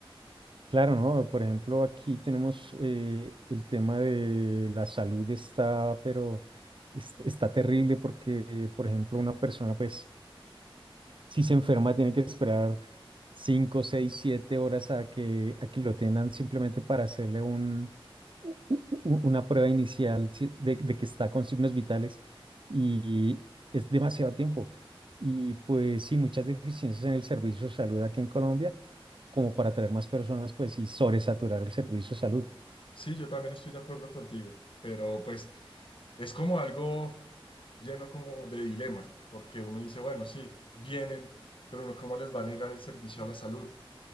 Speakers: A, on the right; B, on the left.
A: Claro, ¿no? Por ejemplo, aquí tenemos eh, el tema de la salud está, pero es- está terrible porque, por ejemplo, una persona, pues si se enferma, tiene que esperar 5, 6, 7 horas a que, a que lo tengan simplemente para hacerle un, u- u- una prueba inicial si- de, de que está con signos vitales y es demasiado tiempo. Y pues sí, muchas deficiencias en el servicio de salud aquí en Colombia, como para traer más personas, pues y sobresaturar el servicio de salud.
B: Sí, yo también estoy de acuerdo contigo, pero pues es como algo lleno como de dilema, porque uno dice, bueno, sí, vienen, pero uno cómo les va a negar el servicio a la salud